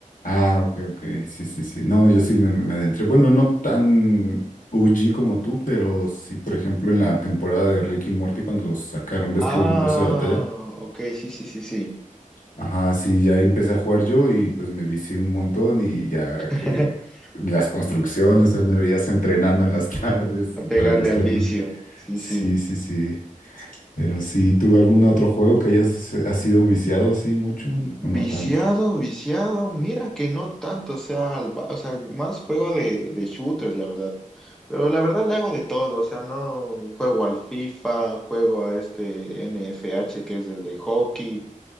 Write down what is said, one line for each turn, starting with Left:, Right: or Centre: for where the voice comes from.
Left: Ah, ok, ok, sí, sí, sí. No, yo sí me, me adentré. Bueno, no tan OG como tú, pero sí, por ejemplo, en la temporada de Ricky y Morty, cuando los sacaron, ¿ves
Centre: Ah,
Left: que hubo un paso de batalla?
Centre: ok, sí, sí, sí, sí.
Left: Ajá, sí, ya empecé a jugar yo y pues me vicié un montón y ya
Centre: <laughs>
Left: que las construcciones, o sea, me veías entrenando en las <laughs> tardes
Centre: A pegarle
Left: para los
Centre: al
Left: torneos.
Centre: vicio. Sí,
Left: Sí,
Centre: sí.
Left: sí, sí. Pero sí, ¿tú algún otro juego que hayas eh, has sido viciado así mucho
Centre: Viciado,
Left: o no tanto?
Centre: viciado, mira que no tanto, o sea, al ba- o sea, más juego de, de shooters, la verdad. Pero la verdad le hago de todo, o sea, no juego al FIFA, juego a este NFH que es el de hockey,